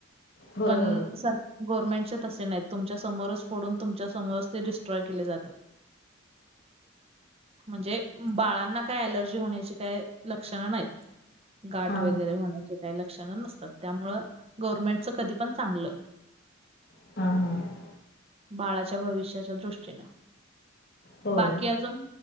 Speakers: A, on the left; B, on the right.
A: होय
B: पण
A: होय
B: असर गव्हर्नमेंटच्या तसे नाहीत. तुमच्या समोरच फोडून. तुमच्या समोरच ते डिस्ट्रॉय केले जातात. म्हणजे बाळांना काय अलर्जी होण्याची. काय लक्षणं नाहीत. गाठ
A: हां
B: वगैरे
A: हो
B: होण्याची काही लक्षणं नसतात. त्यामुंळ गव्हर्नमेंटच कधी पण चांगलं.
A: ह. ह. ह.
B: बाळाच्या भविष्याच्या दृष्टीनं.
A: होय
B: बाकी अजून.